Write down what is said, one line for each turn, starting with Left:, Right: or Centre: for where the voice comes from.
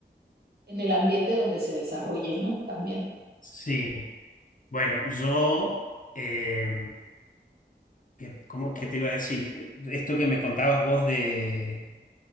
Right: en el ambiente donde se desarrolle, ¿no? También.
Left: sí. Bueno, yo, eh, que- ¿cómo que te iba a decir? Esto que me contabas vos de,